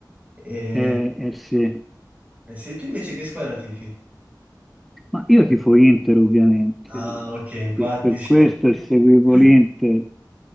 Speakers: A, on the right; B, in the centre.
A: E
B: eh, eh sì.
A: e se tu invece che squadra tifi?
B: Ma io tifo Inter ovviamente,
A: Ah,
B: infatti,
A: ok, infatti.
B: per
A: cioè-
B: questo
A: <laughs>
B: e seguivo l'Inter,